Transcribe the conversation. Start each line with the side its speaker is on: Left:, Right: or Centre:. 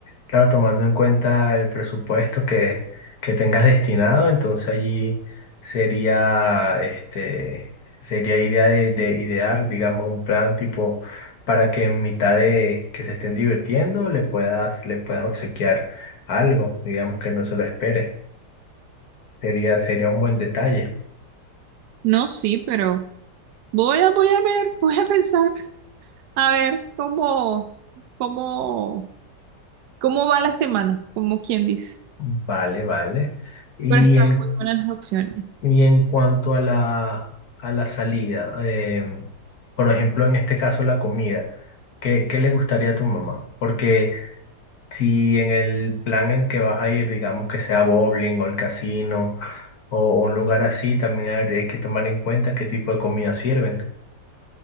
Left: Claro, tomando en cuenta el presupuesto que, que tengas destinado, entonces allí sería, este, sería idea de, de idear, digamos, un plan tipo para que en mitad de que se estén divirtiendo le puedas, le puedas obsequiar algo, digamos que no se lo espere. Sería, sería un buen detalle.
Right: No, sí, pero voy a, voy a ver, <laughs> voy a pensar, a ver cómo, cómo, cómo va la semana, como quien dice.
Left: Vale, vale. Y
Right: Pero están
Left: en
Right: muy buenas las opciones.
Left: Y en cuanto a la, a la salida, eh, por ejemplo, en este caso la comida, ¿qué, qué le gustaría a tu mamá? Porque si en el plan en que vas a ir, digamos que sea bowling o el casino o, o un lugar así, también hay que tomar en cuenta qué tipo de comida sirven.